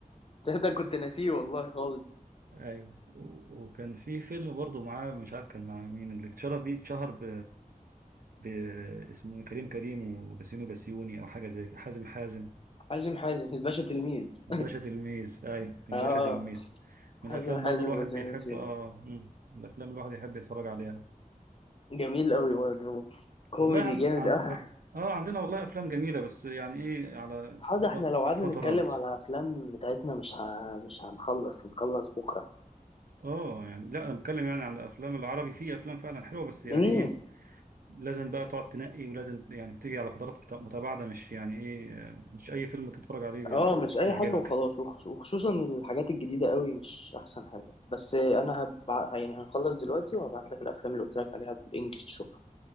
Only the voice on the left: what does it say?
تصدق كنت ناسيه والله خالص
حازم حازم الباشا تلميذ
<laughs>
اه
حازم
حازم
بس
من يوتيوب
جميل أوي برضه كوميدي
جامد
أوي
حاضر
احنا لو قعدنا
نتكلم على أفلام بتاعتنا مش ه... مش هنخلص هنخلص بكرة
مم.
اه
مش اي
حاجه وخلاص وخ- وخصوصا الحاجات الجديده قوي مش احسن حاجه بس انا هبع... يعني هنخلص دلوقتي وهبعت لك الافلام اللي قلت لك عليها بالانجلش تشوفها